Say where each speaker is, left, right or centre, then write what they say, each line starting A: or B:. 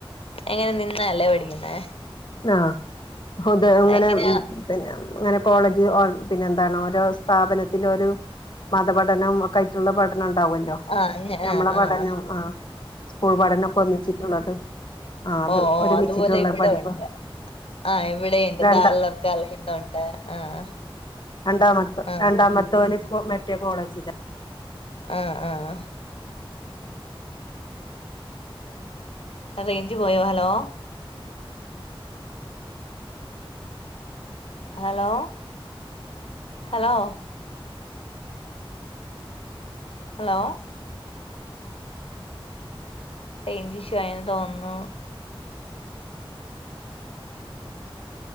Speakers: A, on the left; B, on the left.
A: എങ്ങനെ നിന്നാ അല്ലേ പഠിക്കുന്നേ
B: ആഹ് <unintelligible> ഇങ്ങനെ
A: എങ്ങനെയാ
B: പിന്നെ അങ്ങനെ കോളേജില് ഓരോ പിന്നെ എന്താണ് ഓരോ സ്ഥാപനത്തില് ഒരു മതപഠനം ഒക്കെ ആയിട്ടുള്ള പഠനം ണ്ടാവല്ലോ
A: ആഹ് അങ്ങ
B: ഞമ്മളെ
A: ആഹ് ആഹ്
B: പഠനം ആഹ് സ്കൂൾ പഠനം ഒക്കെ ഒന്നിച്ചിട്ടുള്ളത്. ആഹ് അത്
A: ഓഹ് ഓഹ്
B: ഒരുമിച്ചിട്ടുള്ള
A: അതുപോലെ ഇവിടെ
B: പഠിപ്പ്
A: ഉണ്ട് ആഹ് ഇവിടെ ഇണ്ട്
B: രണ്ട
A: <unintelligible> ആഹ്
B: രണ്ടാമത്തവൻ
A: ആഹ്
B: രണ്ടാമത്തവന് കോ മറ്റേ കോളേജിലാ
A: ആഹ് ആഹ് ആഹ് അത് റെയ്ഞ്ച് പോയോ hello. Hello hello hello. Range issue ആയെന്ന് തോന്നുന്നു.